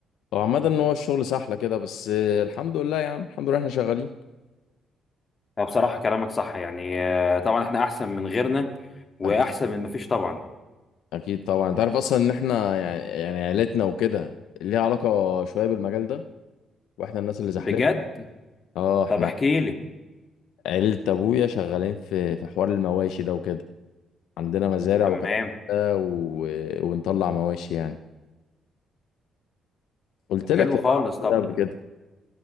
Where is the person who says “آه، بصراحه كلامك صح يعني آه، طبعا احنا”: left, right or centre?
Left